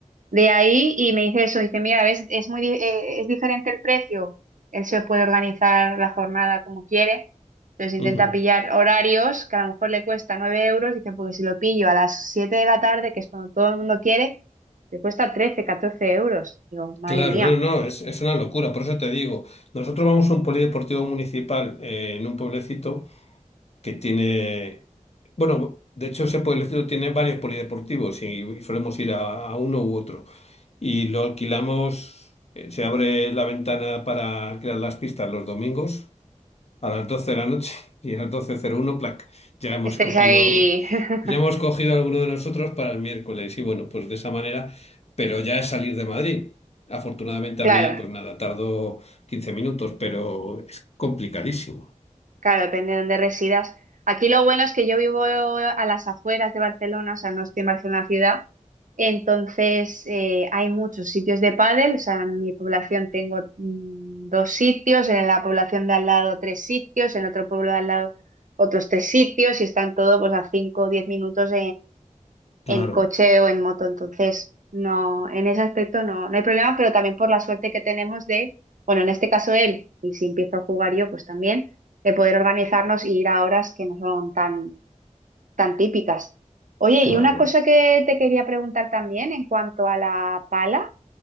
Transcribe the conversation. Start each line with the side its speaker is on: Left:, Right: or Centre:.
Right: de ahí. Y me dice eso, dice, mira, ves, es muy, di- eh, es diferente el precio. Él se puede organizar la jornada como quiere. Entonces
Left: Ujú.
Right: intenta pillar horarios que a lo mejor le cuesta 9 euros. Dice, porque si lo pillo a las 7 de la tarde, que es cuando todo el mundo quiere, le cuesta 13 14 euros. Digo, madre
Left: Claro,
Right: mía,
Left: no, no, es, es una locura. Por eso te digo, nosotros vamos a un polideportivo municipal eh, en un pueblecito. que tiene, bueno, de hecho ese pueblecito tiene varios polideportivos y solemos ir a, a uno u otro. Y lo alquilamos, eh, se abre la ventana para alquilar las pistas los domingos a las 12 de la noche <laughs> y a las 12.01, plac, ya hemos
Right: estáis
Left: cogido,
Right: ahí. <laughs>
Left: ya hemos cogido alguno de nosotros para el miércoles. Y bueno, pues de esa manera, pero ya es salir de Madrid. Afortunadamente
Right: Claro.
Left: a mí, pues nada, tardo 15 minutos, pero es complicadísimo.
Right: Claro, depende de dónde residas. Aquí lo bueno es que yo vivo a las afueras de Barcelona, o sea, no estoy en Barcelona ciudad, entonces eh, hay muchos sitios de pádel, o sea, en mi población tengo mm, dos sitios, en la población de al lado tres sitios, en otro pueblo de al lado otros tres sitios y están todos pues a cinco o diez minutos en
Left: Claro,
Right: coche o en moto. Entonces, no, en ese aspecto no, no hay problema, pero también por la suerte que tenemos de, bueno, en este caso él, y si empiezo a jugar yo, pues también, de poder organizarnos y ir a horas que no son tan, tan típicas. Oye,
Left: claro.
Right: y una cosa que te quería preguntar también en cuanto a la pala,